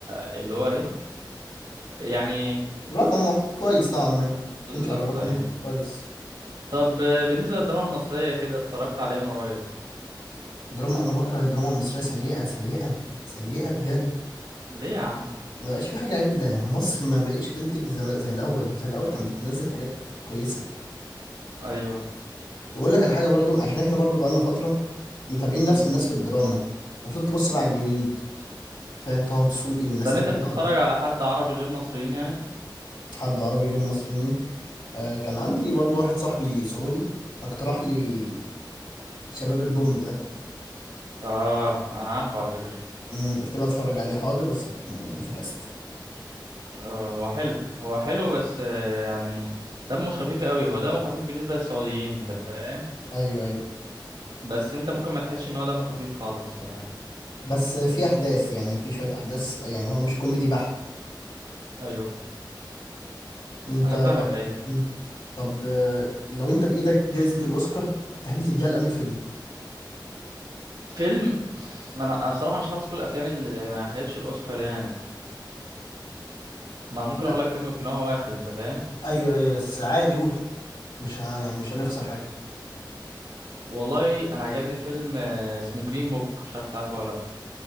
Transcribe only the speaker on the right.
اللي هو ايه يعني
بالظبط
ايوه
طب آه، بالنسبة للدراما المصرية كده اتفرجت على ايه من قريب
ليه يا عم
ايوه
امم
طب
انت
بتتفرج
على حد عربي غير مصريين يعني
مم.
اه انا عارفه على فكرة
آه هو حلو هو حلو بس آه يعني دمه مش خفيف قوي هو دمه خفيف بالنسبة للسعوديين انت فاهم
بس انت ممكن ما تحسش ان هو دمه خفيف خالص يعني
ايوه
انا فاهمك
ايوه
فيلم ما انا أنا بصراحه مش حافظ كل الافلام اللي ما خدتش الاوسكار يعني ما انا ممكن
اقول لك فيلم يكون هو واخد انت فاهم
والله انا عجبني فيلم آه، اسمه جرين بوك مش عارف تعرفه ولا لا